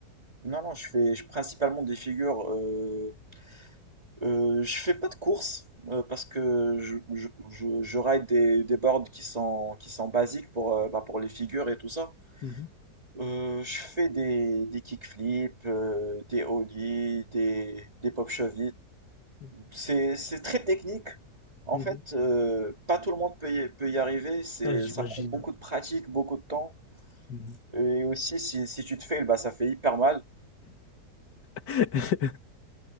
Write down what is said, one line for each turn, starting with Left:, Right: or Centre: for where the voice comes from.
Right: Non, non, je fais je, principalement des figures. Euh, euh, je fais pas de course euh, parce que je, je, je, je ride des, des boards qui sont, qui sont basiques pour, euh, bah, pour les figures et tout ça.
Left: Mhm,
Right: Euh, je fais des, des kickflips, euh, des ollies, des, des pop shove
Left: mhm,
Right: C'est c'est très technique. En
Left: mhm.
Right: fait, euh, pas tout le monde peut y, peut y arriver. C'est,
Left: Ah, j'imagine.
Right: ça prend beaucoup de pratique, beaucoup de temps.
Left: Mhm.
Right: Et aussi, si, si tu te fais bah, ça fait hyper mal.
Left: <laughs>